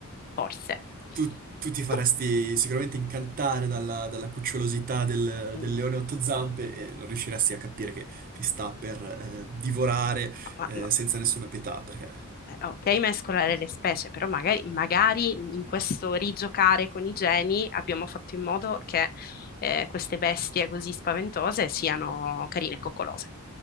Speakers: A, on the left (about 40°); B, on the right (about 40°).
A: Forse.
B: Tu, tu ti faresti
A: Tu...
B: sicuramente incantare dalla, dalla cucciolosità del,
A: Mm.
B: del leone a otto zampe e non riusciresti a capire che ti sta per eh, divorare
A: ma-
B: eh,
A: ma-
B: senza nessuna pietà, perché
A: eh, ok, mescolare le specie, però magari, magari in questo rigiocare con i geni abbiamo fatto in modo che eh, queste bestie così spaventose siano carine e coccolose.